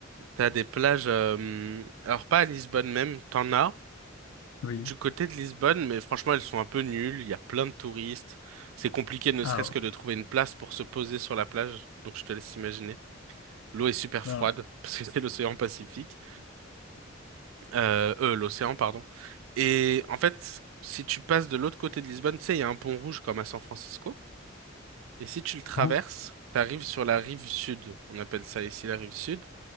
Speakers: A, on the right (about 80°); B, on the left (about 85°).
A: T'as des plages, euh, alors pas à Lisbonne même, t'en as
B: Oui.
A: du côté de Lisbonne, mais franchement elles sont un peu nulles, il y a plein de touristes, c'est compliqué ne
B: Alors.
A: serait-ce que de trouver une place pour se poser sur la plage, donc je te laisse imaginer. L'eau est super
B: Ben
A: froide,
B: oui.
A: <laughs> parce que c'est l'océan Pacifique, euh, euh, l'océan, pardon. Et en fait, si tu passes de l'autre côté de Lisbonne, tu sais, il y a un pont rouge comme à San Francisco, et si tu le traverses,
B: hein.
A: t'arrives sur la rive sud, on appelle ça ici la rive sud,